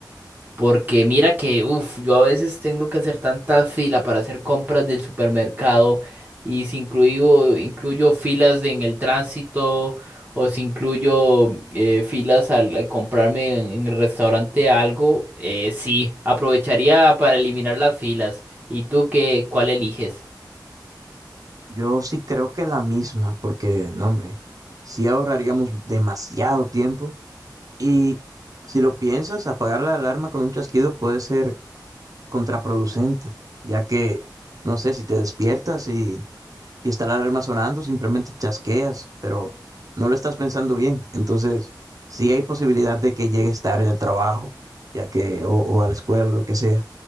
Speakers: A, on the right; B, on the right.
A: Porque mira que, uff, yo a veces tengo que hacer tantas filas para hacer compras del supermercado y si incluyo, incluyo filas en el tránsito o si incluyo eh, filas al, al comprarme en, en el restaurante algo, eh, sí, aprovecharía para eliminar las filas. ¿Y tú qué, cuál eliges?
B: Yo sí creo que la misma, porque, no, hombre, sí ahorraríamos demasiado tiempo y si lo piensas, apagar la alarma con un chasquido puede ser contraproducente, ya que, no sé, si te despiertas y, y está la alarma sonando, simplemente chasqueas, pero no lo estás pensando bien. Entonces, sí hay posibilidad de que llegues tarde al trabajo, ya que, o, o a la escuela o lo que sea,